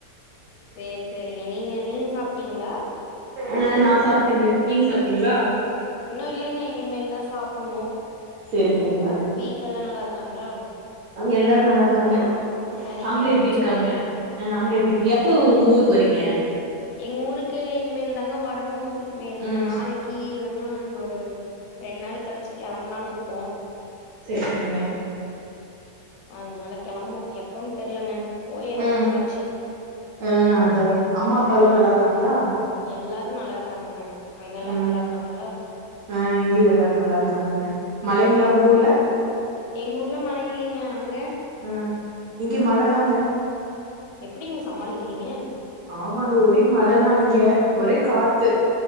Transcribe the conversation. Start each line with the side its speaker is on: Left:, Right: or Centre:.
Left: சேரி சேரிங்க நீங்க நீங்க சாப்பிட்டீங்களா
Right: ஆ நா சாப்டேங்க நீங்க சாப்ட்டீங்களா
Left: இன்னு இல்லைங்க இனிமேல் தா சாப்டணு
Right: சேரி சேரிங்க
Left: வீட்ல எல்லா நல்லா இருக்காங்களா
Right: எல்லாரு நல்லா இருக்காங்க
Left: எல்லாரையும்
Right: அங்க
Left: கேட்டேன்னு
Right: எப்டி இருக்காங்க
Left: சொல்லுங்க.
Right: ஆ அங்க எப்டி இருங்க எப்ப உங்க ஊருக்கு வரீங்க
Left: எங்க ஊருக்கு இனிமே தாங்க வரணு
Right: ம்
Left: நாளைக்கி இல்லன்னா இன்னொரு ரெண்டு நாள் கழிச்சு கெளம்பலனு இருக்கோ
Right: சேரி செரிங்க
Left: அதனால கெளம்பணு எப்பன்னு தெர்லங்க போயே ரொம்ப
Right: உ
Left: நாளாச்சு
Right: ஹ அதாங்க அம்மா அப்பா எல்லா நல்லா இருக்காங்களா
Left: எல்லாரு நல்லா இருக்காங்கங்க அங்க எல்லாரு
Right: ம்
Left: நல்லா இருக்காங்களா
Right: ஆ இங்கேயு எல்லாரு நல்லா இருக்காங்க மழைங்களா உங்க ஊர்ல
Left: எங்க ஊர்ல மழை இல்லைங்க அங்க
Right: ஆ இங்க மழ தாங்க
Left: எப்டிங்க சமாளிக்கிறீங்க
Right: ஆமாங்க ஒரே மழதா இங்கெ ஒரே காத்து